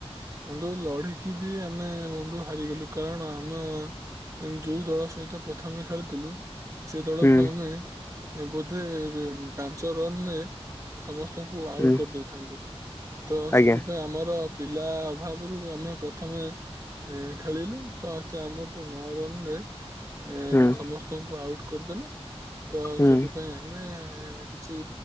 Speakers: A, on the right (about 30°); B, on the left (about 25°).
A: ବନ୍ଧୁ ଲଢିକିବି ଆମେ ବନ୍ଧୁ ହାରିଗଲୁ କାରଣ ଆମ ଯୋଉ ଦଳ ସହିତ ପ୍ରଥମେ ଖେଳୁଥିଲୁ ସେଦଳକୁ
B: ହୁଁ
A: ଆମେ ବୋଧେ ପାଞ୍ଚ ରନରେ ସମସ୍ତଙ୍କୁ ଆଉଟ୍
B: ହୁଁ
A: କରିଦେଇଥାନ୍ତୁ ତସେଥିପାଇଁ
B: ଆଜ୍ଞା
A: ଆମର ପିଲା ଭାବରୁ ଆମେ ପ୍ରଥମେ ଖେଳିଲୁ ତସେଆମକୁ ନଅ ରନରେ ଏ
B: ହୁଁ
A: ସମସ୍ତଙ୍କୁ ଆଉଟ୍ କରିଦେଲେ ତସେଥିପାଇଁ
B: ହୁଁ
A: ଆମେ କିଛି